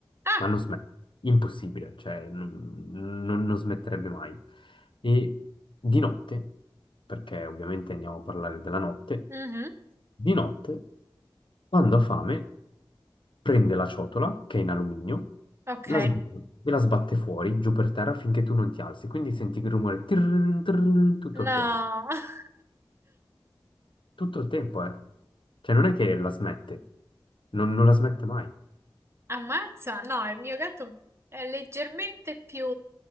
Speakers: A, on the right (about 30°); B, on the left (about 65°).
A: Ah,
B: ma non smette, impossibile, cioè non, non- non smetterebbe mai. E di notte, perché ovviamente andiamo a parlare della notte,
A: mhm,
B: di notte, quando ha fame, prende la ciotola, che è in alluminio,
A: ok.
B: la sbatte, e la sbatte fuori, giù per terra, finché tu non ti alzi. Quindi senti il rumore tirrin, tirrin, tutto
A: No,
B: il tempo.
A: <laughs>
B: Tutto il tempo, eh. Cioè non è che la smette, non non la smette mai.
A: ammazza. No, il mio gatto è leggermente più